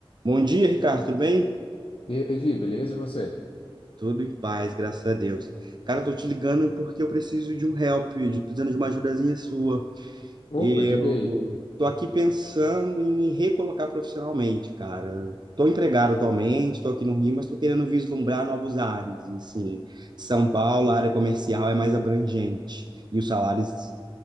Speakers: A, on the right; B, on the left.
A: Bom dia, Ricardo, tudo bem?
B: E aí, Levi, beleza? E você?
A: Tudo em paz, graças a Deus. Cara, eu tô te ligando porque eu preciso de um help, de, precisando de uma ajudazinha sua.
B: Opa,
A: Eu
B: diga aí.
A: tô aqui pensando em me recolocar profissionalmente, cara. Tô empregado atualmente, tô aqui no Rio, mas tô querendo vislumbrar novos ares. E sim, São Paulo, a área comercial é mais abrangente e os salários